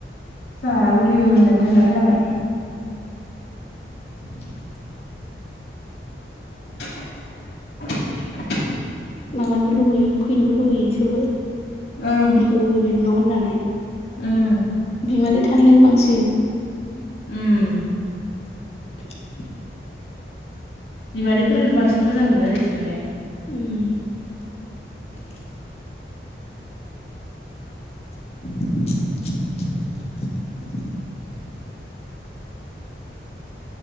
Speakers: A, on the left; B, on the left.
A: जोंहाबो बिबै मोननो दोनना फैनांगोन।
B: <inaudible>
A: <inaudible>
B: माबानोबो लुुबैयो फैनोबो लुुबैयो इसोरबो बिब
A: ओं
B: अगैबाय न' होननानै।
A: उम
B: बिमानि थानायखोनो बांसिन
A: उम।
B: <inaudible>
A: बिमादै फोरखोनो बांसिन मोजां मोनो आरो इसोरालाय।
B: उम <unintelligible>